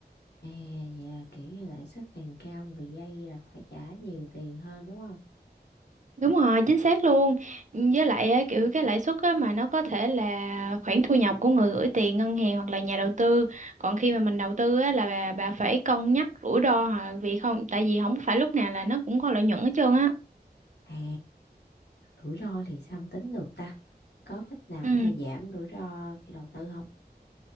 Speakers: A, on the left; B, on the right.
A: À, dạ, kiểu như lãi suất càng cao người vay là phải trả nhiều tiền hơn đúng không?
B: Đúng rồi, chính xác luôn. Với lại á, kiểu cái lãi suất á, mà nó có thể là khoản thu nhập của người gửi tiền ngân hàng hoặc là nhà đầu tư. Còn khi mà mình đầu tư á, là bà, bà phải cân nhắc rủi ro hoặc vì không, tại vì không phải lúc nào là nó cũng có lợi nhuận hết trơn á.
A: À, rủi ro thì sao mà tính được ta? Có cách nào
B: Ừ.
A: để mà giảm rủi ro khi đầu tư không?